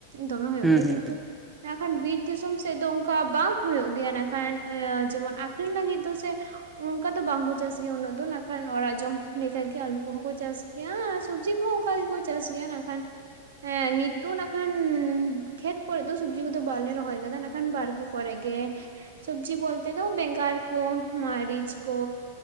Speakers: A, on the right; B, in the centre.
A: ᱫᱚᱢᱮ ᱦᱩᱭᱩᱜ
B: ᱦᱩᱸ
A: ᱜᱮᱭᱟ
B: ᱦᱩᱸ
A: ᱠᱤᱱᱛᱩ
B: ᱦᱩᱸ
A: ᱱᱟᱜ ᱠᱷᱟᱱ ᱵᱤᱨ ᱫᱤᱥᱚᱢ ᱥᱮᱫ ᱫᱚ ᱚᱱᱠᱟ ᱵᱟᱝ ᱦᱩᱭᱩᱜ ᱜᱮᱭᱟ ᱱᱟᱜ ᱠᱷᱟᱱ ᱤᱭᱟᱹ ᱡᱮᱢᱚᱱ ᱟᱠᱷᱨᱤᱧ ᱞᱟᱹᱜᱤᱫ ᱫᱚ ᱥᱮ ᱚᱱᱠᱟ ᱫᱚ ᱵᱟᱝᱠᱚ ᱪᱟᱥ ᱜᱮᱭᱟ ᱩᱱᱟᱹᱜ ᱫᱚ ᱱᱟᱜ ᱠᱷᱟᱱ ᱚᱲᱟᱜ ᱡᱚᱢ ᱞᱮᱠᱟᱜ ᱜᱮ ᱟᱞᱩ ᱠᱚᱦᱚᱸ ᱠᱚ ᱪᱟᱥ ᱜᱮᱭᱟ ᱥᱚᱵᱽᱡᱤ ᱠᱚᱦᱚᱸ ᱚᱱᱠᱟ ᱜᱮᱠᱚ ᱪᱟᱥ ᱜᱮᱭᱟ ᱱᱟᱜ ᱠᱷᱟᱱ ᱦᱮᱸ ᱱᱤᱛ ᱫᱚ ᱱᱟᱜ ᱠᱷᱟᱱ ᱠᱷᱮᱛ ᱠᱚᱨᱮ ᱫᱚ ᱥᱚᱵᱡᱤ ᱠᱚᱫᱚ ᱵᱟᱞᱮ ᱨᱚᱦᱚᱭ ᱟᱠᱟᱫᱟ ᱠᱟᱫᱟ ᱱᱟᱜ ᱠᱷᱟᱱ ᱵᱟᱲᱜᱮ ᱠᱚᱨᱮ ᱜᱮ ᱥᱚᱵᱽᱡᱤ ᱵᱚᱞᱛᱮ ᱫᱚ ᱵᱮᱸᱜᱟᱲ ᱠᱚ ᱢᱟᱨᱤ ᱪ ᱠᱚ